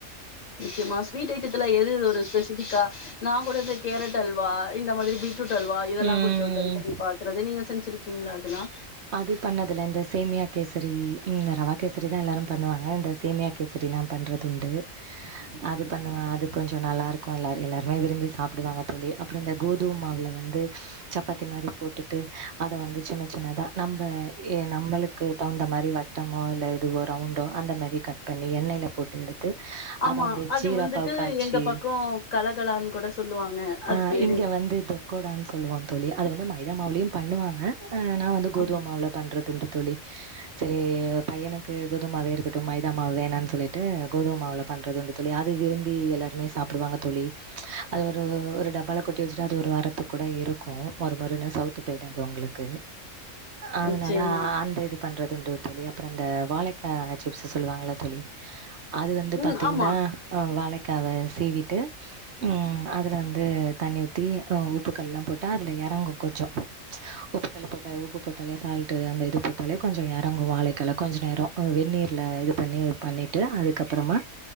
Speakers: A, on the left (about 75°); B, on the right (about 60°).
A: நிச்சயமா ஸ்வீட் ஐட்டத்துல எது ஒரு ஸ்பெசிபிக்கா நா கூட கேரட் அல்வா இந்த மாதிரி பீட் ரூட் அல்வா இதெல்லா
B: ம்.
A: கொஞ்சோ ட்ரை பண்ணி பாக்குறது நீங்க செஞ்சிருக்கீங்களா அதெல்லாம்
B: அது பண்ணதுல இந்த சேமியா கேசரி ரவ கேசரி தான் எல்லாரும் பண்ணுவாங்க இந்த சேமியா கேசரி நா பண்றது உண்டு அது பண்ணுவன் அது கொஞ்சோ நல்லா இருக்கும் எல்லாரு எல்லாருமே விரும்பி சாப்பிடுவாங்க தோழி அப்புறம் இந்த கோதும மாவில்ல வந்து சப்பாத்தி மாரி போட்டுட்டு அத வந்து சின்ன சின்னதா நம்ப நம்பளுக்கு தகுந்த மாரி வட்டமோ இல்ல இதுவோ ரவுண்டோ கட் பண்ணி எண்ணெய்ல போட்டு எடு த்து
A: ஆமா
B: அத வந்து
A: அது
B: ஜீரா
A: வந்துட்டு
B: பாவுக்காச்சி
A: எங்க பக்கோ கலகலான்னு கூட சொல்லுவாங்க அது
B: ஆ
A: பேரு
B: இங்க வந்து தொக்கோடான்னு சொல்லுவாங்க தோழி அது வந்து மைதா மாவுலயும் பண்ணுவாங்க நா வந்து கோதும
A: ஆமா
B: மாவு அவள பண்றதுண்டு தோழி செரி பையனுக்கு கோதுமாவே இருக்கட்டும் மைதா மாவு வேணான்னு சொல்லிட்டு கோதும மாவுல பண்றது உண்டு தோழி அது விரும்பி எல்லாருமே சாப்பிடுவாங்க தோழி அது ஒரு ஒரு டப்பால கொட்டி வச்சுட்டு அது ஒரு வாரத்து கூட இருக்கும் மொறு மொறுன்னு சவுத்து போயிடாது உங்ளுக்கு அதனால
A: நிச்சயமா
B: அந்த இது பண்றது உண்டு தோழி அப்புறோம் இந்த வாழைக்காய் சிப்ஸ் சொல்லுவாங்கள தோழி அது வந்து
A: ம்
B: பாத்தீங்ன்னா
A: ஆமா.
B: வாழைக்காவ சீவிட்டு ம் அதுல வந்து தண்ணி ஊத்தி உப்பு கல்லாம் போட்டா அதுல எறங்கும் கொஞ்சோம் உப்பு கல்லு போட்டாரு உப்பு ப்பு போட்டாலே சால்ட்டு அந்த இது போட்டாலே கொஞ்சோம் எறங்கும் வாழைக்கால கொஞ்சோம் நேரம் வெந்நீர்ல இது பண்ணி பண்ணிட்டு அதுக்கப்புறமா